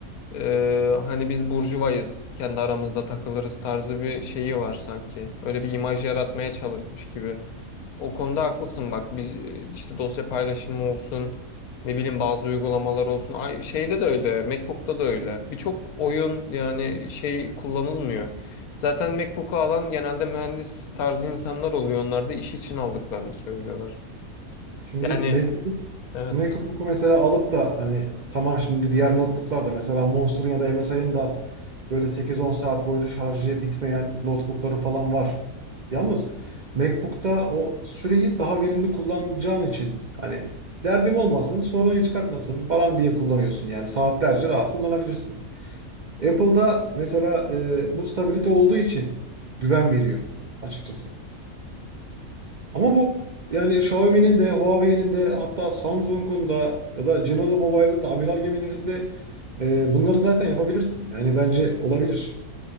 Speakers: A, on the left; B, on the right.
A: E, hani biz burjuvayız, kendi aramızda takılırız tarzı bir şeyi var sanki. Öyle bir imaj yaratmaya çalışmış gibi. O konuda haklısın bak bir e, işte dosya paylaşımı olsun ne bileyim bazı uygulamalar olsun Ay, şeyde de öyle MacBook'ta da öyle birçok oyun yani şey kullanılmıyor. Zaten MacBook'u alan genelde mühendis tarzı insanlar oluyor onlar da iş için aldıklarını söylüyorlar.
B: Şimdi
A: Yani
B: Mac
A: evet.
B: MacBook'u mesela alıp da hani tamam şimdi diğer notebooklar da mesela Monster'ın ya da MSI'ın da böyle sekiz on saat boyunca şarjı bitmeyen notebookları falan var. Yalnız MacBook'ta o süreyi daha verimli kullanacağın için hani derdim olmasın, sorunu çıkartmasın falan diye kullanıyorsun yani saatlerce rahat kullanabilirsin. Apple'da mesela e, bu stabilite olduğu için güven veriyor açıkçası. Ama bu yani Xiaomi'nin de Huawei'nin de hatta Samsung'un da ya da General Mobile'ın da amiral gemilerinde e, bunları zaten yapabilirsin. Yani bence olabilir.